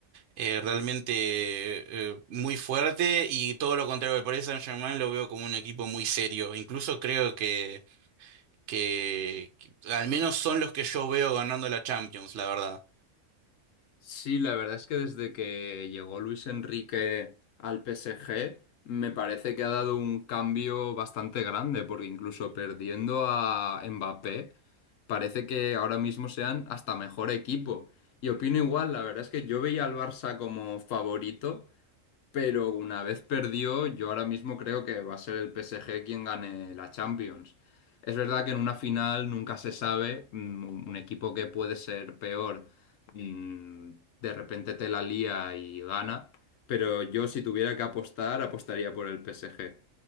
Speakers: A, on the right; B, on the left.
A: eh, realmente eh, muy fuerte y todo lo contrario me parece Saint-Germain lo veo como un equipo muy serio. Incluso creo que, que, que al menos son los que yo veo ganando la Champions, la verdad.
B: Sí, la verdad es que desde que llegó Luis Enrique al PSG, me parece que ha dado un cambio bastante grande, porque incluso perdiendo a Mbappé, parece que ahora mismo sean hasta mejor equipo. Y opino igual, la verdad es que yo veía al Barça como favorito, pero una vez perdió, yo ahora mismo creo que va a ser el PSG quien gane la Champions. Es verdad que en una final nunca se sabe, mm, un equipo que puede ser peor, mm, de repente te la lía y gana, pero yo si tuviera que apostar, apostaría por el PSG.